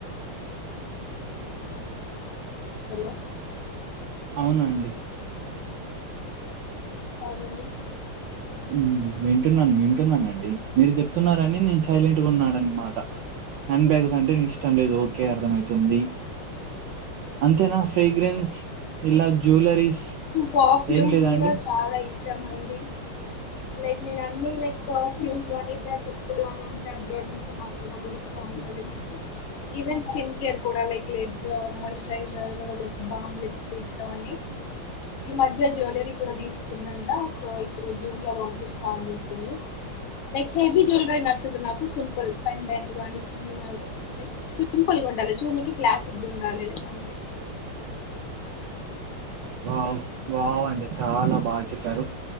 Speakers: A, on the left (about 75°); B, on the right (about 70°).
A: హలో
B: అవునండి
A: అవునండి
B: హ్మ్ వింటున్నాన్ వింటున్నానండి మీరు చెప్తున్నారని నేను సైలెంట్ గా ఉన్నాననమాట హ్యాండ్ బ్యాగ్స్ అంటే ఇష్టం లేదు ఓకే అర్థమైతుంది అంతేనా ఫ్రేగ్రెన్స్ ఇలా జ్యువలరీస్
A: పర్ఫ్యూమ్
B: ఏం లేదా
A: కూడా
B: అండి
A: చాలా ఇష్టమండి లెక్ నేను అన్ని లెక్ పర్ఫ్యూమ్స్ గాని నా చెప్పులు గానీ అంతా అబ్రాడ్ నుంచే మా బాగ ఇష్టం ఉంటది నాకు ఈవెన్ స్కిన్ కేర్ కూడా లైక్ లైట్గా మాయిస్ ట్రైజ లిప్ బామ్ లిప్స్టిక్స్ అవన్నీ ఈ మధ్య జ్యువెలరీ కూడా తీసుకుందంట సో ఇప్పుడు జూన్ లో పంపిస్తా అని చెప్పింది లైక్ హెవి జ్యువలరీ నచ్చదు నాకు సింపుల్ పెండెంట్ కానీ చిన్నగ సింపుల్గ ఉండాలి చూనీకి క్లాసిక్గా లైక్ ఉండాలి అంతే
B: వావ్ వావ్ అండి చాలా బా చెప్పారు